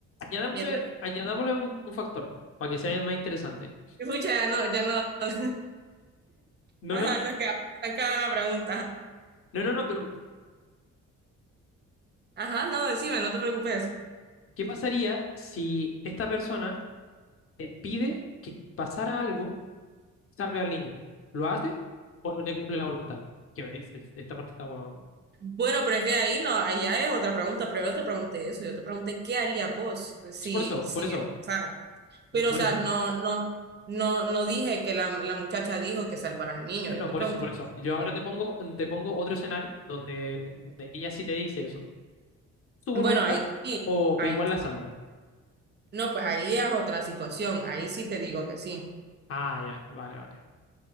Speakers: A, on the left; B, on the right.
A: añadámosle,
B: Mientras,
A: añadámosle un, un factor para que sea más interesante.
B: <laughs> escucha, ya no, ya no. <laughs>
A: No,
B: Ajá,
A: no,
B: nos quedamos estancada la pregunta.
A: no, no, no, pero
B: Ajá, no, decime, no te preocupes.
A: ¿qué pasaría si esta persona te pide que pasara algo? salve al niño. ¿Lo hace o no le cumple la voluntad? Que es- es- esta parte está guau.
B: Bueno, pero es que ahí no, ahí ya es otra pregunta, pero yo te pregunté eso, yo te pregunté qué harías vos si,
A: Es Por eso,
B: si
A: por eso,
B: eso pasara. Pero,
A: por
B: o sea,
A: eso.
B: no, no, no, no dije que la, la muchacha dijo que salvaras al niño,
A: No,
B: yo
A: no,
B: te
A: por
B: pregunté.
A: eso, por eso. Yo ahora
B: qué harías.
A: te pongo, te pongo otro escenario donde, donde ella sí te dice eso. ¿Su voluntad
B: Bueno, ahí sí.
A: o,
B: ahí
A: o igual la salva?
B: No, pues ahí es otra situación, ahí sí te digo que sí,
A: Ah, ya, vale, vale,